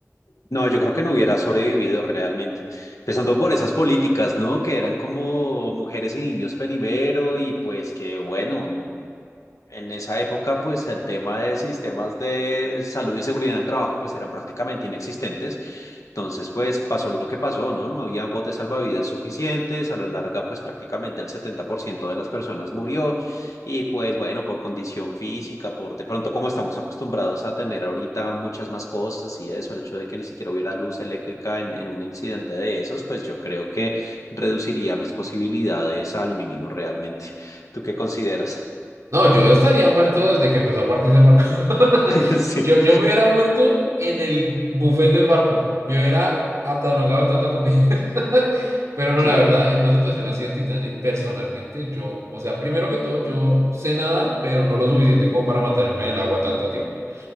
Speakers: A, on the left; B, on the right.
A: No, yo creo que no hubiera sobrevivido realmente. Empezando por esas políticas, ¿no? Que eran como mujeres y niños primero y pues que bueno, en, en esa época pues el tema de sistemas de salud y seguridad en el trabajo pues eran prácticamente inexistentes entonces, pues pasó lo que pasó, ¿no? No había botes salvavidas suficientes, a la larga, pues prácticamente el 70% de las personas murió y pues bueno, por condición física, por de pronto como estamos acostumbrados a tener ahorita muchas más cosas y eso, el hecho de que ni siquiera hubiera luz eléctrica en, en un incidente de esos, pues yo creo que reduciría mis posibilidades al mínimo realmente. ¿Tú qué consideras?
B: No, yo estaría muerto desde que empezó a partirse el barco. <laughs>
A: <laughs> Sí,
B: Yo, yo me hubiera muerto en el buffet del barco. Me hubiera atarugado de tanta comida. <laughs> Pero no,
A: claro.
B: la verdad, en una situación así del Titanic, personalmente, yo, o sea, primero que todo, yo sé nadar, pero no lo suficiente como para mantenerme en el agua tanto tiempo.